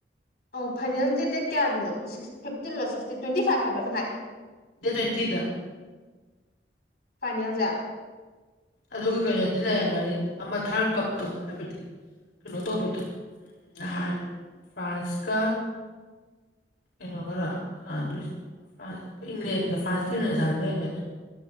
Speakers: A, on the left; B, on the left.
A: ꯑꯣ ꯐꯥꯏꯅꯦꯜꯗꯤ ꯗꯦꯠ ꯀꯌꯥꯗꯅꯣ ꯁꯤꯛꯁ ꯐꯤꯞꯇꯤꯟ ꯂꯣ ꯁꯤꯛꯁꯇꯤꯟ ꯇ꯭ꯋꯦꯟꯇꯤ ꯐꯥꯏꯚ ꯍꯥꯏꯕ꯭ꯔꯥ ꯀꯝꯍꯥꯏ꯫
B: ꯗꯦꯠ ꯇꯋꯤꯟꯇꯤꯗ꯫
A: ꯐꯥꯏꯅꯦꯜꯖꯦ꯫
B: ꯑꯗꯨꯒ ꯀꯩꯅꯣꯗꯤ ꯂꯩꯔꯝꯒꯅꯤ ꯑꯃ ꯊꯥꯔꯠ ꯀꯞꯇꯣ ꯍꯥꯏꯕꯗꯤ ꯀꯩꯅꯣ ꯇꯧꯕꯗꯣ꯫ ꯎꯝ ꯅꯍꯥꯟ ꯐ꯭ꯔꯥꯟꯁꯀ ꯀꯩꯅꯣ ꯒꯔ ꯁꯥꯟꯅꯗꯣꯏꯁꯦ꯫ ꯐ꯭ꯔꯥꯟꯁꯀ ꯏꯪꯂꯦꯟꯒ ꯐ꯭ꯔꯥꯟꯁꯇ ꯏꯡꯂꯦꯟꯒ ꯁꯥꯅꯗꯣꯏ ꯑꫭꯏꯔꯝꯒꯅꯤ